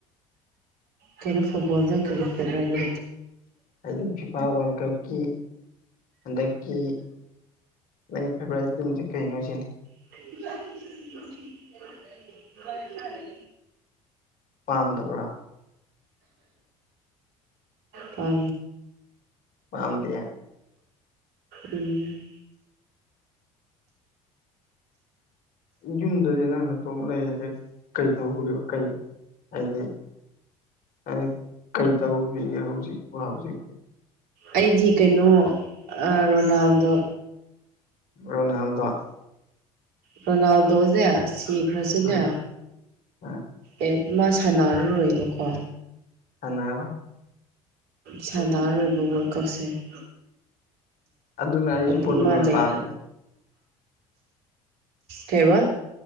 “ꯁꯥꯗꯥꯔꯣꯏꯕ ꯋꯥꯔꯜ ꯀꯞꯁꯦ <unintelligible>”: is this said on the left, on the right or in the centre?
Right